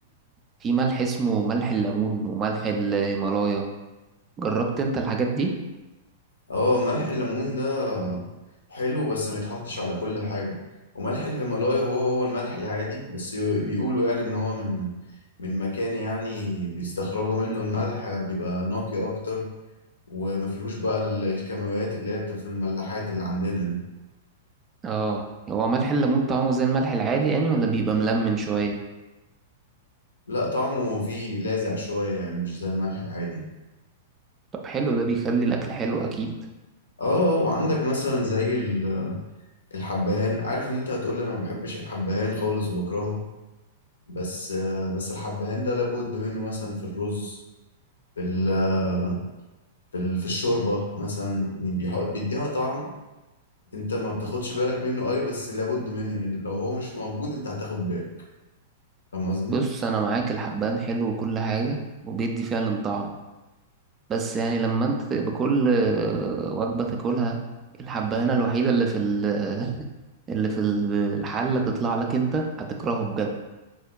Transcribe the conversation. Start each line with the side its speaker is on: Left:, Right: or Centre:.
Right: في ملح اسمه ملح الليمون وملح الهيمالايا جربت انت الحاجات دي
Left: اه ملح الليمون ده حلو بس ما يتحطش على كل حاجة وملح الهيمالايا هو هو الملح العادي بس ي- بيقولوا يعني إن هو من من مكان يعني بيستخرجوا منه الملح بيبقى نقي أكتر وما فيهوش بقى ال- الكيماويات اللي هي بتبقى في الملاحات اللي عندنا دي
Right: اه هو ملح الليمون طعمه زي الملح العادي يعني ولا بيبقى ملمن شوية
Left: لا طعمه فيه لاذع شوية يعني مش زي الملح العادي
Right: طب حلو ده بيخلي الاكل حلو اكيد
Left: اه آه، وعندك مثلا زي ال- الحبهان عارف ان انت هتقول لي انا ما بحبش الحبهان خالص وبكرهه بس آه، بس الحبهان ده لابد منه مثلا في الرز في ال- آه، في ال- في الشوربة مثلا يعني بيح- بيديها طعم انت ما بتاخدش بالك منه اي بس لابد منه يعني لو هو مش موجود انت هتاخد بالك فاهم قصدي
Right: بص انا معاك الحبان حلو وكل حاجة وبيدي فعلا طعم بس يعني لما انت بكل وجبة تاكلها الحبانة الوحيدة اللي في ال- <laughs> اللي في الحلة تطلع لك انت هتكرهه بجد